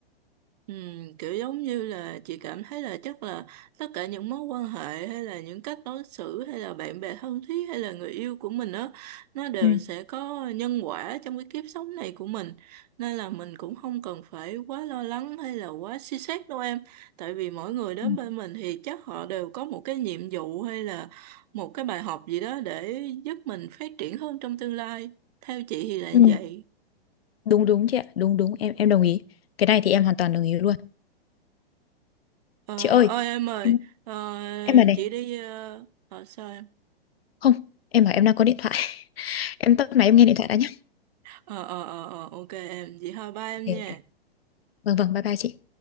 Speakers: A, on the right (about 40°); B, on the left (about 70°).
A: Ừ, kiểu giống như là chị cảm thấy là chắc là tất cả những mối quan hệ hay là những cách đối xử hay là bạn bè thân thiết hay là người yêu của mình đó nó đều
B: Ừ.
A: sẽ có nhân quả trong cái kiếp sống này của mình nên là mình cũng không cần phải quá lo lắng hay là quá suy xét đâu em tại vì mỗi người đến
B: ừ.
A: bên mình thì chắc họ đều có một cái nhiệm vụ hay là một cái bài học gì đó để giúp mình phát triển hơn trong tương lai theo chị thì là
B: Ừ.
A: như vậy
B: đúng đúng chị ạ đúng đúng em em đồng ý cái này thì em hoàn toàn đồng ý luôn
A: Ờ,
B: chị ơi
A: ơi em ơi
B: em
A: ờ,
B: em là này
A: chị đi ờ ờ, sao em
B: không em bảo em đang có điện thoại <laughs> em tắt máy em nghe điện thoại đã nhé
A: ờ ờ ờ ờ, ok em chị thôi ba em
B: ok
A: nha
B: ok vâng vâng bye bye chị